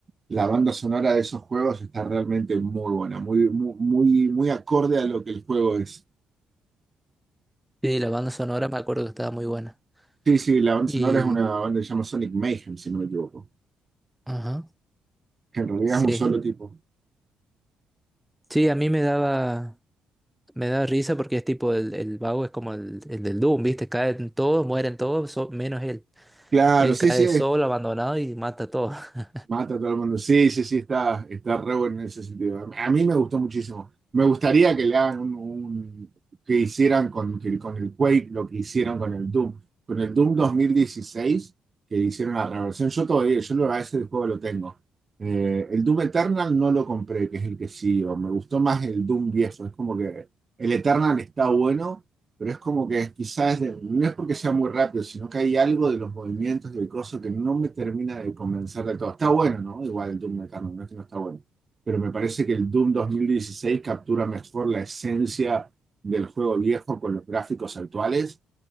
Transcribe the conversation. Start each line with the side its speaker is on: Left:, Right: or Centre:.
Right: la banda sonora de esos juegos está realmente muy buena, muy, muy, muy, muy acorde a lo que el juego es.
Centre: Sí, la banda sonora me acuerdo que estaba muy buena.
Right: Sí, sí, la banda
Centre: Y,
Right: sonora es una banda que se llama Sonic Mayhem, si no me equivoco,
Centre: ajá.
Right: que en realidad
Centre: Sí.
Right: es un solo tipo.
Centre: Sí, a mí me daba. Me da risa porque es tipo el, el vago es como el, el del Doom, ¿viste? Caen todos, mueren todos, so- menos él.
Right: Claro,
Centre: Él
Right: sí,
Centre: cae
Right: sí,
Centre: solo, abandonado y mata a todos. <laughs>
Right: Mata a todo el mundo. Sí, sí, sí, está, está re bueno en ese sentido. A mí me gustó muchísimo. Me gustaría que le hagan un, un- que hicieran con, que- con el Quake lo que hicieron con el Doom. Con el Doom 2016 que hicieron la reversión. Yo todavía, yo lo, a ese juego lo tengo. Eh, el Doom Eternal no lo compré, que es el que sigo. Me gustó más el Doom viejo. Es como que el Eternal está bueno, pero es como que quizás de, no es porque sea muy rápido, sino que hay algo de los movimientos del coso que no me termina de convencer de todo. Está bueno, ¿no? Igual el Doom Metal no es que no está bueno, pero me parece que el Doom 2016 captura mejor la esencia del juego viejo con los gráficos actuales